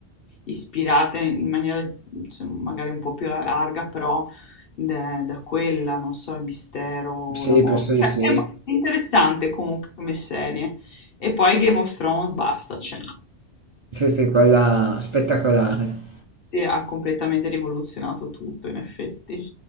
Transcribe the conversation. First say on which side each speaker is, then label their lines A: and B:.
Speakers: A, on the left; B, on the right.
A: ispirate in maniera cioè, magari un po' più alla larga, però da da quella, non so, il mistero,
B: Sì,
A: la morte.
B: penso di
A: Cioè,
B: sì,
A: è mo- è interessante comunque come serie. E poi Game of Thrones, basta, cioè,
B: sì, sì, quella spettacolare.
A: si ha completamente rivoluzionato tutto, in effetti.